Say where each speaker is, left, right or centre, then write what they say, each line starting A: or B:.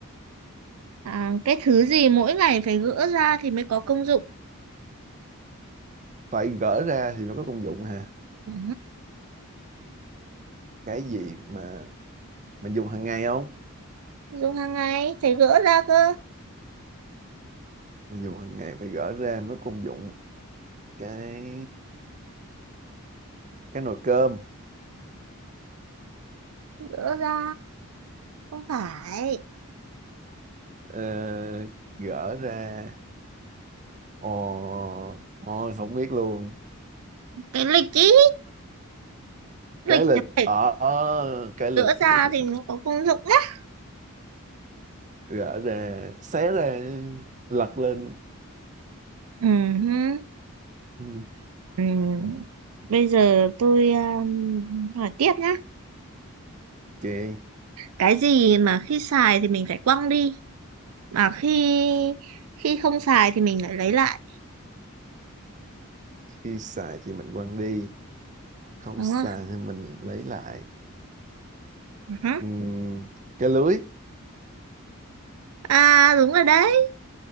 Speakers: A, on the right; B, on the right.
A: À, cái thứ gì mỗi ngày phải gỡ ra thì mới có công dụng?
B: phải gỡ ra thì mới có công dụng ha
A: Ừ.
B: cái gì mà mình dùng hàng ngày không
A: Dùng hàng ngày phải gỡ ra cơ.
B: mình dùng hàng ngày phải gỡ ra mới có công dụng cái cái nồi cơm
A: Gỡ ra. Không phải.
B: Ờ, gỡ ra Ồ, ôi không biết luôn.
A: Cái lịch ý. Lịch
B: Cái lịch
A: phải
B: ở ở cái lịch
A: gỡ ra
B: <laughs>
A: thì mới có công dụng nhá.
B: gỡ ra, xé ra, lật lên.
A: Ừ. hứ.
B: Ừ,
A: Ừ. Bây giờ tôi um, hỏi tiếp nhé.
B: Ok,
A: Cái gì mà khi xài thì mình phải quăng đi? mà khi khi không xài thì mình lại lấy lại
B: khi xài thì mình quăng đi, không
A: đúng
B: xài
A: không
B: thì mình lấy lại.
A: Ừ hứ.
B: Ừm, cái lưới.
A: à đúng rồi đấy